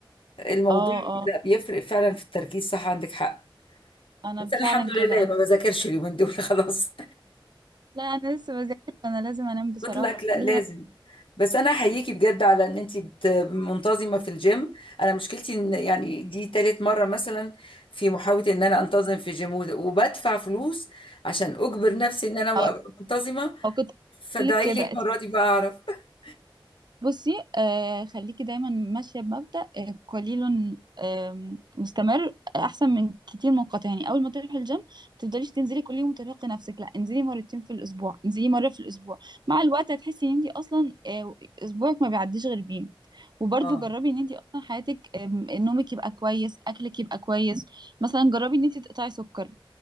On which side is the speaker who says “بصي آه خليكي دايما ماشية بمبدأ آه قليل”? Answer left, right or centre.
Right